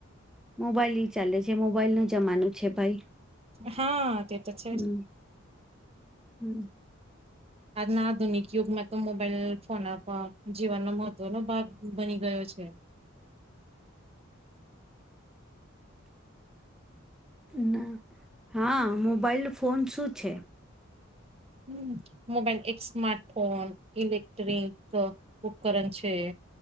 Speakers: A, in the centre; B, on the right.
A: મોબાઈલ ચાલે છે મોબાઈલ ન જમાનું છે ભાઈ
B: હા તે તો છે
A: હમ હમ
B: આજ ના આધુનિક ુગમાં તો મોબાઈલ ફોન જીવનનો મહત્વનોો ભાગ બની ગયો છે <inaudible>
A: ના હા મોબાઈલ ફોન શું છે
B: હમ મોબાઈલ એક સ્મા્ટફોન ઇલેક્ટ્રિક ઉપકરણ છે